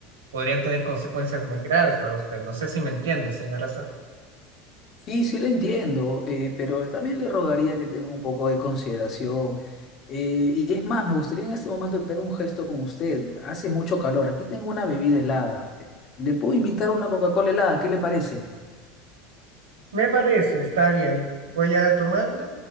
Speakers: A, on the right; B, on the left.
A: podrían tener consecuencias muy graves para usted. No sé si me entiende, señora Saf.
B: Sí, sí le entiendo, eh, pero también le rogaría que tenga un poco de consideración. Eh, y es más, me gustaría en este momento tener un gesto con usted. Hace mucho calor. Aquí tengo una bebida helada. Eh, ¿Le puedo invitar una Coca-Cola helada? ¿Qué le parece?
A: Me parece, está bien. Voy a tomarla